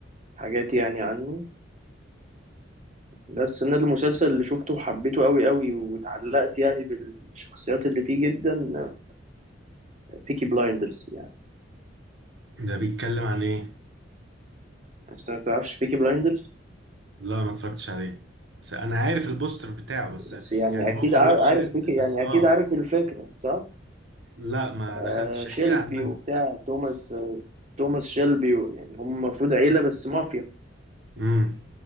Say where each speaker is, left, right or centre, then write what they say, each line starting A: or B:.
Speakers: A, on the right; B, on the right.
A: حاجات يعني عنه بس انا المسلسل اللي شفته وحبيته قوي قوي واتعلقت يعني بالشخصيات اللي فيه جدا بيكي بلايندرز يعني
B: ده بيتكلم عن ايه
A: انت ما تعرفش بيكي بلايندرز
B: لا ما اتفرجتش عليه بس انا عارف البوستر بتاعه بس
A: بس يعني
B: يعني
A: اكيد
B: هو في الواتش
A: عار- عارف
B: ليست
A: بيكي
B: بس
A: يعني
B: اه
A: اكيد عارف الفكرة صح
B: لا ما
A: آه
B: دخلتش احكي
A: شيلبي
B: لي عنها
A: وبتاع توماس آه توماس شيلبي يعني هم المفروض عيلة بس مافيا
B: امم